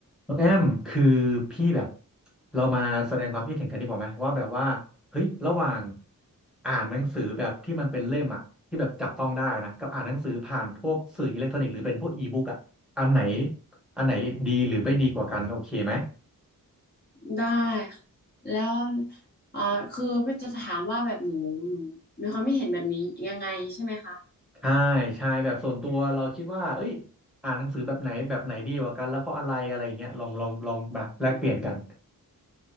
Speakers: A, in the centre; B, on the left.
A: น้องแอมคือพี่แบบเรามาแสดงความคิดเห็นกันดีกว่าไหมว่าแบบว่าเฮ้ยระหว่างอ่านหนังสือแบบที่มันเป็นเล่มอะที่แบบจับต้องได้นะกับอ่านหนังสือผ่านพวกสื่ออิเล็กทรอนิกส์หรือเป็นพวกอีบุ๊กอะอันไหนอันไหนดีหรือไม่ดีกว่ากันโอเคไหม
B: ได้ค่ะแล้วเอ่อคือจะถามว่าแบบหนูหนูมีความไม่เห็นแบบนี้ยังไงใช่ไหมคะ
A: ใช่ใช่แบบส่วนตัวเราคิดว่าเอ้ยอ่านหนังสือแบบไหนแบบไหนดีกว่ากันแล้วเพราะอะไรอะไรอย่างเงี้ยลองลองลองมาแลกเปลี่ยนกัน
B: อืม